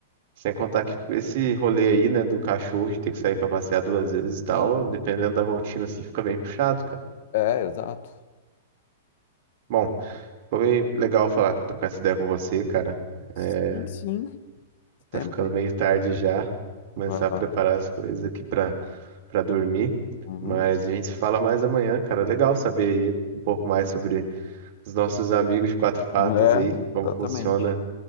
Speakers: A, on the right; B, on the left.
A: Sem contar que esse rolê aí, né, do cachorro de ter que sair pra passear duas vezes e tal,
B: Sim.
A: dependendo da rotina, assim, fica bem puxado, cara.
B: É, exato.
A: Bom, foi legal falar, trocar essa ideia com você, cara.
B: Sim,
A: É,
B: sim,
A: tá
B: sempre.
A: ficando meio tarde já, começar
B: Vai lá.
A: a preparar as coisas aqui pra, pra dormir.
B: Uhum.
A: Mas a gente se fala mais amanhã, cara. Legal saber aí um pouco mais sobre os nossos amigos de quatro patas
B: É,
A: aí, como
B: exatamente.
A: funciona